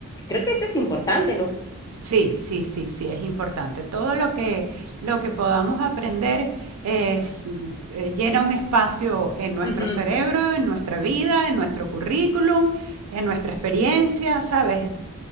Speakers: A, on the left (about 15°); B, on the right (about 85°).
A: Creo que eso es importante, ¿no?
B: Sí, sí, sí, sí, es importante. Todo lo que lo que podamos aprender es, eh, llena un espacio en nuestro
A: Ujú,
B: cerebro, en nuestra vida, en nuestro currículum, en nuestra experiencia, ¿sabes?